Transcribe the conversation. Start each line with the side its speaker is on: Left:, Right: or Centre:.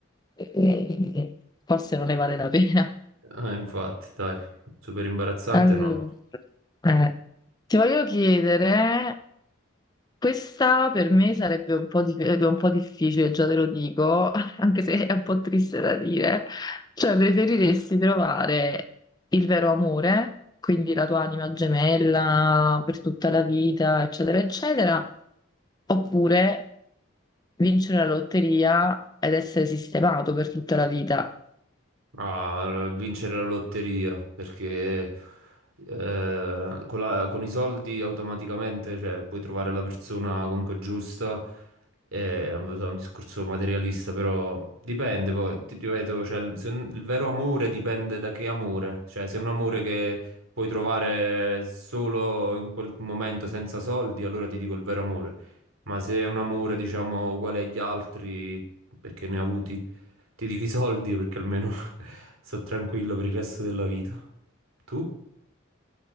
Left: eh, forse non ne vale la pena.
Right: Ah, infatti, dai, super imbarazzante
Left: Allora,
Right: no.
Left: eh, ti voglio chiedere, questa per me sarebbe un po', di- eh, un po' difficile, già te lo dico, <laughs> anche se è un po' triste da dire, cioè preferiresti trovare il vero amore, quindi la tua anima gemella per tutta la vita, eccetera, eccetera, oppure vincere la lotteria ed essere sistemato per tutta la vita?
Right: a vincere la lotteria perché eh, con la- con i soldi automaticamente cioè, puoi trovare la persona comunque giusta. Eh, È un, è un discorso materialista, però dipende poi, ti ripeto, cioè, il, se- il vero amore dipende da che amore, cioè se è un amore che puoi trovare solo in quel momento senza soldi, allora ti dico il vero amore, ma se è un amore diciamo uguale agli altri perché ne ha avuti ti dico i soldi perché almeno <laughs> sto tranquillo per il resto della vita. Tu?